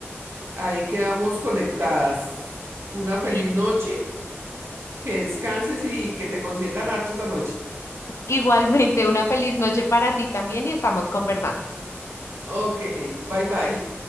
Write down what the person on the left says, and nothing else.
Listo.
Igualmente, una feliz noche para ti también y estamos conversando.